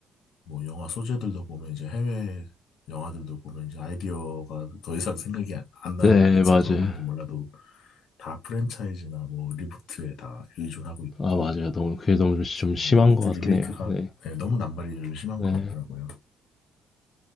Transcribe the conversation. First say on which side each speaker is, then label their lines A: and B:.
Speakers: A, on the left; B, on the left.
A: 뭐 영화 소재들도 보면 이제 해외 영화들도 보면 이제 아이디어가 더 이상 생각이 안, 안 나서
B: 네 맞아요.
A: 그런 건지 몰라도 다 프랜차이즈나 뭐 리부트에 다 의존하고 있고,
B: 아 맞아요. 너무 그게 너무 좀 좀 심한
A: 네, 리부트
B: 것 같긴
A: 리메이크가
B: 해요. 네.
A: 네, 너무 남발이 좀 심한
B: 네.
A: 것 같더라고요.